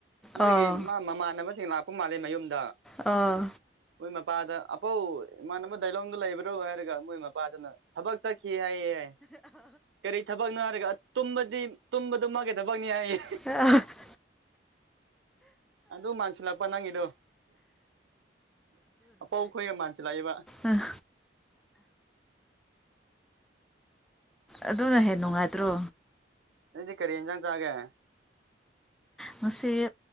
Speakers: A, on the right; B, in the centre.
A: ꯃꯣꯏꯒꯤ
B: ꯑꯣ
A: ꯃꯥ ꯃꯃꯥꯟꯅꯕꯁꯤꯡ ꯂꯥꯞ__ ꯈꯣꯏ ꯃꯥꯗꯤ ꯃꯌꯨꯝꯗ
B: ꯑꯥ
A: ꯃꯣꯏ ꯃꯄꯥꯗ ꯑꯄꯧ ꯏꯃꯥꯟꯅꯕ ꯗꯥꯏꯂꯣꯡꯗ ꯂꯩꯕ꯭ꯔꯣ ꯍꯥꯏꯔꯒ ꯃꯣꯏ ꯃꯄꯥꯗꯅ ꯊꯕꯛ ꯆꯠꯈꯤꯌꯦ ꯍꯥꯏꯑꯦ ꯌꯦ ꯀꯔꯤ ꯊꯕꯛꯅꯣ ꯍꯥꯏꯔꯒ ꯇꯨꯝꯕꯗꯤ ꯇꯨꯝꯕꯗꯣ ꯃꯥꯒꯤ ꯊꯕꯛꯅꯤ ꯍꯥꯏꯌꯦ
B: <unintelligible>
A: ꯑꯗꯨ ꯃꯥꯟꯁꯤꯜꯂꯛꯄ ꯅꯪꯒꯤꯗꯣ ꯑꯄꯧ ꯈꯣꯏꯒ ꯃꯥꯟꯁꯤꯜꯂꯛꯑꯦꯕ
B: ꯑꯥ ꯑꯗꯨꯅ ꯍꯦꯟ ꯅꯨꯡꯉꯥꯏꯇ꯭ꯔꯣ
A: ꯅꯪꯗꯤ ꯀꯔꯤ ꯍꯦꯟꯖꯥꯡ ꯆꯥꯒꯦ
B: ꯉꯁꯤꯗꯤ